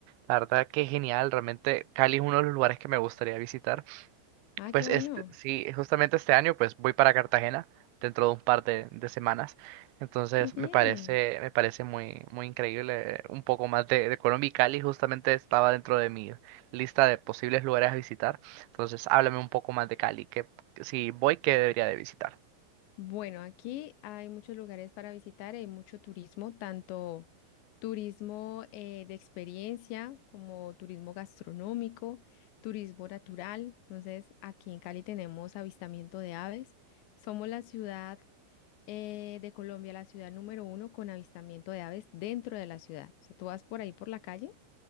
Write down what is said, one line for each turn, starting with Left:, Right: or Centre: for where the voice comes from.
Right: La verdad que genial, realmente Cali es uno de los lugares que me gustaría visitar.
Left: Ah,
Right: Pues
Left: qué bueno.
Right: este, sí, justamente este año pues voy para Cartagena dentro de un par de, de semanas. Entonces
Left: Qué bien.
Right: me parece, me parece muy, muy increíble eh, un poco más de, de Colombia y Cali justamente estaba dentro de mi lista de posibles lugares a visitar. Entonces háblame un poco más de Cali, que si voy, ¿qué debería de visitar?
Left: Bueno, aquí hay muchos lugares para visitar, hay mucho turismo, tanto turismo eh, de experiencia como turismo gastronómico, turismo natural. Entonces, aquí en Cali tenemos avistamiento de aves. Somos la ciudad eh, de Colombia, la ciudad número uno con avistamiento de aves dentro de la ciudad. O sea, tú vas por ahí por la calle